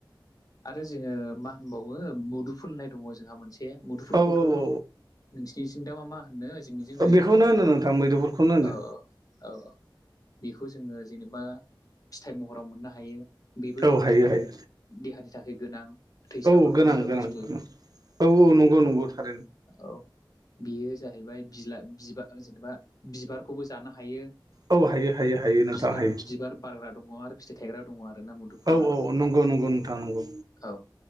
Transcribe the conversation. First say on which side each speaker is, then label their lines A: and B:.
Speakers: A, on the left; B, on the right.
A: आरो जोङो मा होनबावो मुदुफुल होननाय दङ जोंहा मोनसे मोनसे मुदुलफोरखौथ'
B: औ औ
A: नोंसिनिथिं दा मा मा होननो ओ जोंनि
B: औ
A: रैमु
B: बेखौनो होनो नोंथां मैदुफुलखौनो होनो
A: औ औ बेखौ जोङो जेनेबा फिथाइ महराव मोननो हायो बेबो
B: औ हायो
A: बिराद
B: हायो
A: देहानि थाखाय गोनां थै
B: औ
A: साफा
B: गोनां
A: खालामग्रा
B: गोनां
A: बुस्थु
B: औ औ नंगौ नंगौ थार
A: औ बियो जाहैबाय बिला बिबार जेनेबा बिबारखौबो जानो हायो
B: औ हायो हायो हायो नोंथां
A: बिबार
B: हायो
A: बिबार बारग्रा दङ आरो फिथाइ थायग्रा दङ आरो ना मुदुफुला
B: औ औ नंगौ नंगौ नोंथाङां नंगौ
A: औ